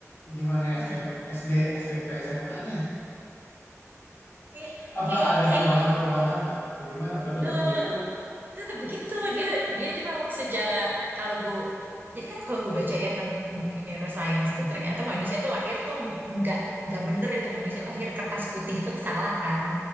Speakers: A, on the left; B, on the right.
A: Gimana
B: Hmm.
A: SM, SD, SMP, SMA-nya?
B: Iya,
A: Apa
B: kayak
A: ada
B: kayaknya
A: perubahan-perubahan nggak? Atau gimana? Apa tetap
B: eh,
A: begitu?
B: tetap begitu dia dia juga memang secara kalau gue jadi kan kalau gue
A: Hmm,
B: baca ya ten- di neuroscience
A: hmm,
B: tuh ternyata manusia tuh lahir tuh nggak nggak bener itu manusia lahir kertas putih itu salah kan